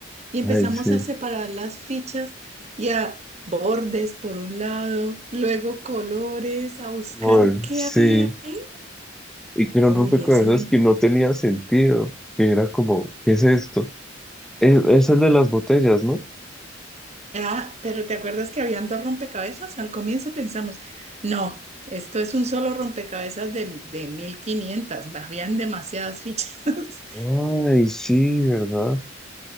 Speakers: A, on the right; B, in the centre.
A: y empezamos
B: Ay, sí,
A: a separar las fichas y a bordes por un lado, luego colores, a buscar
B: bueno,
A: qué
B: sí.
A: había ahí.
B: Y que eran
A: Uy,
B: rompecabezas
A: ese me...
B: que no tenía sentido, que era como, ¿qué es esto? Es, es el de las botellas, ¿no?
A: Ah, pero ¿te acuerdas que habían dos rompecabezas? Al comienzo pensamos, no, esto es un solo rompecabezas de, de mil quinientas habían demasiadas fichas <laughs>
B: Ay, sí, ¿verdad?